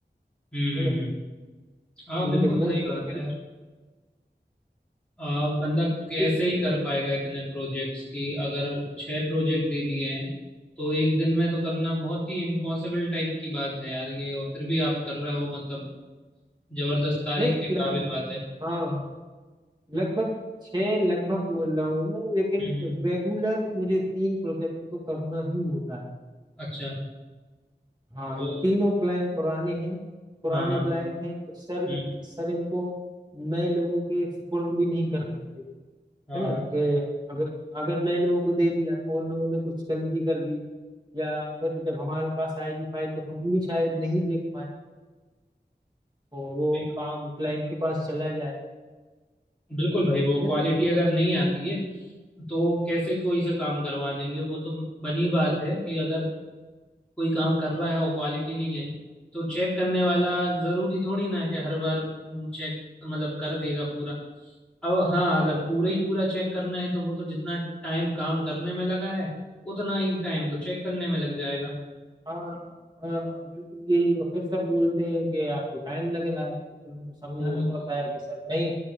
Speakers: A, in the centre; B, on the right.
A: हम्म हम्म,
B: है ना
A: हम्म। हाँ
B: लेकिन
A: बिल्कुल सही
B: बस
A: बात
B: फिर
A: है यार आ, बंदा
B: लेकिन
A: कैसे
B: फिर
A: ही कर पाएगा इतने प्रोजेक्ट्स की अगर छह प्रोजेक्ट दे दिए हैं तो एक दिन में तो करना बहुत ही इम्पॉसिबल टाइप की बात है यार ये और फिर भी आप कर रहे हो मतलब जबरदस्त तारीफ
B: नहीं
A: के काबिल
B: लग
A: बात है
B: हाँ लगभग छह लगभग बोल रहा हूँ मैं लेकिन
A: हम्म हम्म।
B: रेगुलर मुझे तीन प्रोजेक्ट तो करना ही होता है
A: अच्छा
B: हाँ
A: ओ
B: ये तीनों क्लाइंट पुराने हैं पुराने
A: हाँ हाँ
B: क्लाइंट हैं तो सर
A: हम्म
B: सर इनको नए लोगों के सुपुर्द भी नहीं कर सकते
A: हाँ
B: है ना
A: हाँ
B: कि अगर अगर नए लोगों को दे दिया और लोगों ने कुछ गलती कर दी या फिर जब हमारे पास आएगी फाइल तो हम भी शायद नहीं देख पाए और वो
A: सही बात।
B: काम क्लाइंट के पास चला जाए
A: बिल्कुल भाई वो
B: है
A: क्वालिटी
B: ना
A: अगर नहीं आती है तो कैसे ही कोई से काम करवा देंगे वो तो बनी बात है कि अगर कोई काम कर रहा है और क्वालिटी नहीं आई तो चेक करने वाला जरूरी थोड़ी ना है कि हर बार चेक मतलब कर देगा पूरा अब हाँ अगर पूरा ही पूरा चेक करना है तो वो तो जितना टाइम काम करने में लगा है उतना ही टाइम तो चेक करने में लग जाएगा
B: हाँ हाँ बिल्कुल यही और फिर सर बोलते हैं कि आपको टाइम लग रहा है तो फिर उनको समझाना
A: वो
B: पड़ता
A: तो
B: है कि सर नहीं